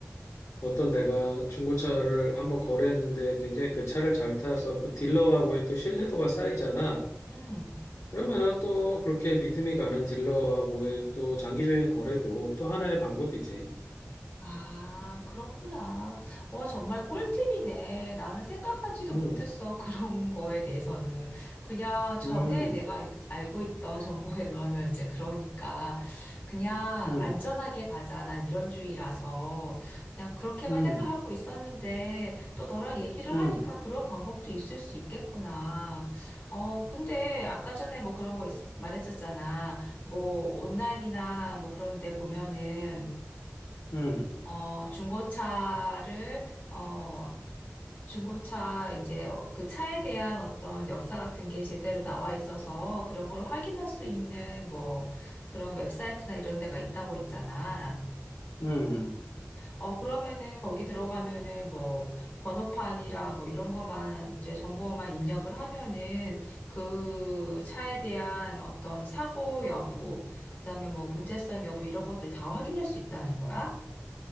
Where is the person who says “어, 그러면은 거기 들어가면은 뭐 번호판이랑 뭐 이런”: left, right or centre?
Left